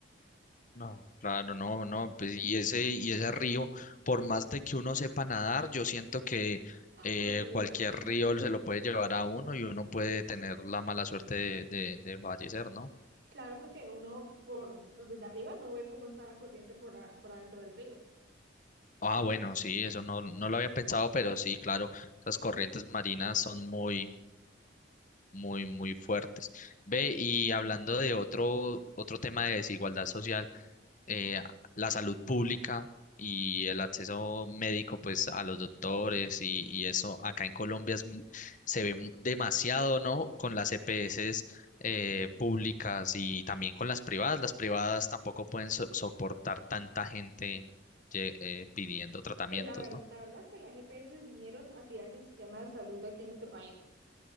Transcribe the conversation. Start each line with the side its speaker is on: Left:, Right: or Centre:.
Left: No, claro, no, no, pues y ese, y ese río, por más de que uno sepa nadar, yo siento que eh,
Right: Horrible,
Left: cualquier
Right: sí.
Left: río se lo puede llevar a uno y uno puede tener la mala suerte de, de, de fallecer, ¿no?
Right: Claro, porque uno por pues desde arriba no ve cómo está la corriente por, a- por adentro del río.
Left: Ah, bueno, sí, eso no, no lo había pensado, pero sí, claro, las corrientes marinas son muy, muy, muy fuertes. Ve, y hablando de otro, otro tema de desigualdad social. eh, la salud pública y el acceso médico pues a los doctores y, y eso acá en Colombia es mu- se ve mu- demasiado, ¿no? Con las EPS eh,
Right: Sí.
Left: públicas y también con las privadas. Las privadas tampoco pueden so- soportar tanta gente lle- eh, pidiendo tratamientos,
Right: Pues la, ver-
Left: ¿no?
Right: la verdad es que las GPS vinieron a tirarse el sistema de salud de aquí en este país.